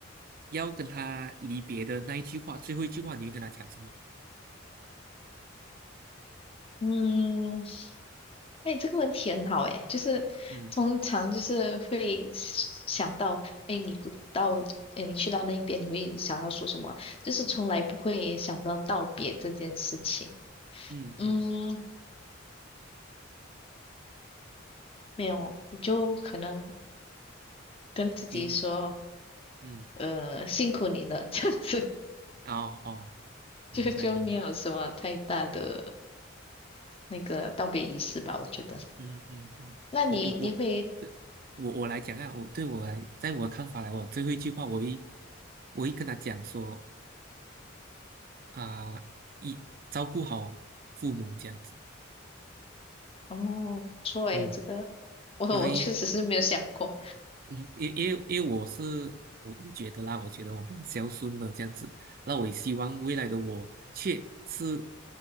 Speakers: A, on the right; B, on the left.
A: 要跟他离别的那一句话，最后一句话你会跟他讲什么？
B: 嗯，哎，这个问题很好哎，就是通常就是会想到，
A: 嗯
B: 哎，你不到，哎，你去到那边，你会想要说什么？就是从来不会想到道别这件事情。
A: 嗯嗯，
B: 嗯，没有，我就可能跟自己说，
A: 你嗯
B: 呃，辛苦你了，<laughs> 这样子，
A: 嗯哦哦，
B: <laughs>
A: 明白明白。
B: 就就没有什么太大的那个道别仪式吧，我觉得。
A: 嗯嗯嗯，
B: 那你你会，
A: 我我我，对，我我来讲啊，我对我来，在我的看法来，我最后一句话，我一我一跟他讲说啊，一照顾好父母这样子，
B: 哦，不错哎，
A: 嗯，
B: 这个我我确实是没有想过。
A: 因为嗯，因因为因为我是我不觉得啦，我觉得我蛮孝顺的这样子，那我也希望未来的我却是